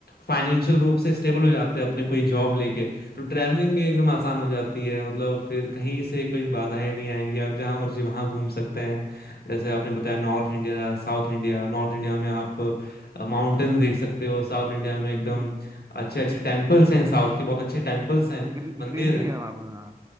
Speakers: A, on the left; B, on the right.
A: फाइनेंशियल रूप से स्टेबल हो जाते हैं अपने कोई जॉब लेके तो ट्रैवलिंग भी एकदम आसान हो जाती है मतलब फिर कहीं से कोई बाधाएं नहीं आएंगी आप जहाँ मर्जी वहाँ घूम सकते हैं जैसे आपने बताया north India south India north India में आप माउंटेन्स देख सकते हो साउथ इंडिया में एकदम
B: हम्म
A: अच्छे अच्छे टेम्पल्स हैं साउथ के बहुत अच्छे टेम्पल्स हैं
B: ग्रीन
A: मंदिर
B: ग्रीनरी
A: हैं
B: है वहाँ पर हाँ